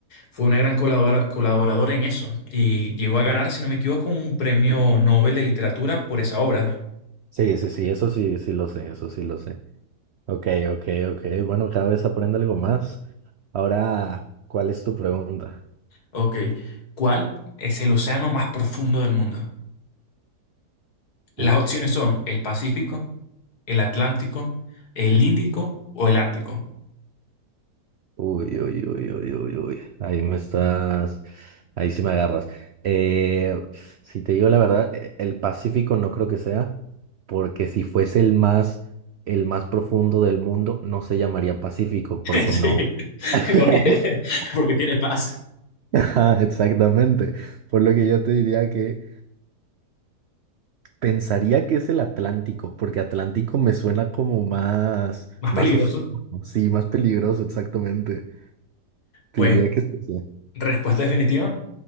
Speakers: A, on the left (about 65°); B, on the right (about 80°).
A: fue una gran colabora- colaboradora en eso y llegó a ganar, si no me equivoco, un premio Nobel de literatura por esa obra.
B: Sí, sí, sí, eso sí, sí lo sé, eso sí lo sé. Ok, ok, ok. Bueno, cada vez aprende algo más. Ahora, ¿cuál es tu pregunta?
A: Ok, ¿cuál es el océano más profundo del mundo? Las
B: Uy.
A: opciones son el Pacífico, el Atlántico, el Índico o el Ártico.
B: Uy, uy, uy, uy, uy, uy. Ahí me estás. Ahí sí me agarras. Eh, si te digo la verdad, e- el Pacífico no creo que sea, porque si fuese el más, el más profundo del mundo, no se llamaría Pacífico, porque
A: <laughs>
B: no.
A: Sí,
B: <laughs>
A: porque, porque tiene paz.
B: Ajá, exactamente. Por lo que yo te diría que pensaría que es el Atlántico, porque Atlántico me suena como más,
A: Más
B: más
A: peligroso.
B: oscuro, sí, más peligroso, exactamente. Te
A: Pues,
B: diría que es ese.
A: respuesta definitiva.